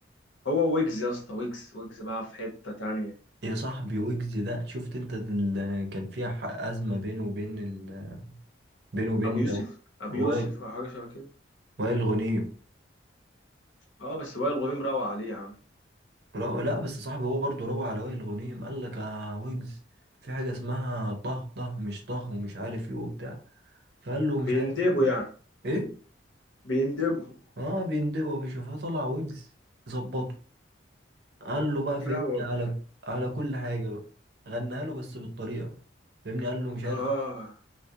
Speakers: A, on the left; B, on the right.
A: هو ويجز يا اسطى ويجز ويجز بقى في حته تانية
B: يا صاحبي ويجز ده شفت انت ال... كان في ح- ازمه بينه وبين ال... بينه وبين
A: ابو يوسف
B: لو-
A: ابو
B: وائل
A: يوسف او حاجه شبه كده
B: وائل غنيم
A: اه بس وائل غنيم روق عليه يا عم
B: رو... لا بس صاحبي هو برضه روى على وائل الغنيم قال لك يا ويجز في حاجة اسمها طه طه مش طه ومش عارف ايه وبتاع فقال له مش
A: بيندبوا
B: عارف ايه
A: يعني
B: ايه
A: بيندبوا
B: اه بيندبوا يا باشا فطلع ويجز ظبطه قال له بقى فهمني
A: لا هو
B: على على كل حاجة بقى غناها له بس بالطريقة فهمني قال له مش عارف
A: اه